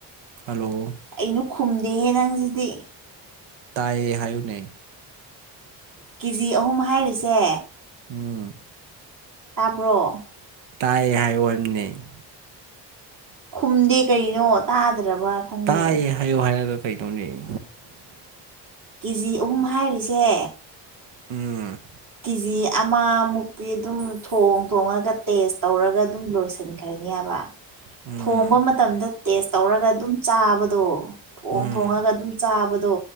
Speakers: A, on the right; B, on the right.
A: ꯍꯜꯂꯣ
B: ꯀꯩꯅ‌ꯣ ꯈꯨꯝꯗꯦꯍꯦ ꯅꯪꯁꯤꯗꯤ
A: ꯇꯥꯏꯌꯦ ꯍꯥꯏꯌꯨꯅꯦ
B: ꯀꯦꯖꯤ ꯑꯍꯨꯝ ꯍꯥꯏꯔꯤꯁꯦ
A: ꯎꯝ
B: ꯇꯥꯕ꯭ꯔꯣ
A: ꯇꯥꯏ ꯍꯥꯏꯌ‌ꯣ ꯍꯥꯏꯕꯅꯤꯅ‌ꯦ
B: ꯈꯨꯝꯗꯦ ꯀꯩꯅꯣ ꯀꯔꯤꯅ‌ꯣ ꯇꯥꯗ꯭ꯔꯕ ꯈꯪꯗꯦ
A: ꯇꯥꯏꯌꯦ ꯍꯥꯏꯌꯣ ꯍꯥꯏꯔꯒ ꯀꯩꯅ‌ꯣꯅ‌ꯦ
B: ꯀꯦ ꯖꯤ ꯑꯍꯨꯝ ꯍꯥꯏꯔꯤꯁꯦ
A: ꯎꯝ
B: ꯀꯤ ꯖꯤ ꯑꯃꯃꯨꯛꯇꯤ ꯑꯗꯨꯝ ꯊꯣꯡ ꯊꯣꯡꯉꯒ ꯇꯦꯁ ꯇꯧꯔꯒ ꯑꯗꯨꯝ ꯂꯣꯏꯁꯤꯟꯈ꯭ꯔꯅꯤ ꯍꯥꯏꯕ
A: ꯎꯝ
B: ꯊꯣꯡꯕ ꯃꯇꯝꯗ ꯇꯦꯁ ꯇꯧꯔꯒ ꯑꯗꯨꯝ ꯆꯥꯕꯗꯣ ꯊꯣꯡ
A: ꯎꯝ
B: ꯊꯣꯡꯉꯒ ꯑꯗꯨꯝ ꯆꯥꯕꯗꯣ